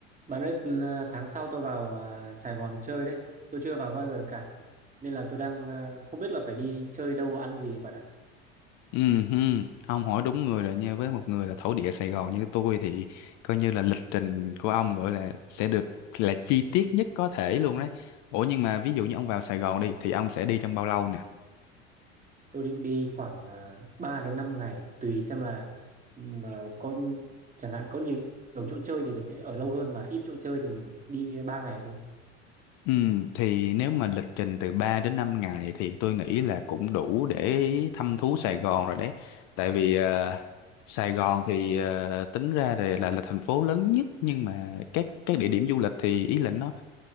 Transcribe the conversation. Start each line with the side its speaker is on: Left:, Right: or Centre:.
Right: Bạn ơi, ừ, à, tháng sau tôi vào à, Sài Gòn chơi đấy. Tôi chưa vào bao giờ cả. Nên là tôi đang à, không biết là phải đi chơi đâu ăn gì bạn ạ.
Left: Ừ, hừ, ông hỏi đúng người rồi nha với một người là thổ địa Sài Gòn như tôi thì coi như là lịch trình của ông gọi là sẽ được là chi tiết nhất có thể luôn đấy ủa nhưng mà ví dụ như ông vào Sài Gòn đi thì ông sẽ đi trong bao lâu nè
Right: Tôi định đi khoảng uh, 3 đến năm ngày tùy xem là ừ, mà có chẳng hạn có nhiều, nhiều chỗ chơi thì mình sẽ ở lâu hơn mà ít chỗ chơi thì mình đi 3 ngày thôi.
Left: ừ, thì nếu mà lịch trình từ 3 đến 5 ngày thì tôi nghĩ là cũng đủ để thăm thú Sài Gòn rồi đấy tại vì ờ, Sài Gòn thì ờ, tính ra là, là là thành phố lớn nhất nhưng mà các các địa điểm du lịch thì ý là nó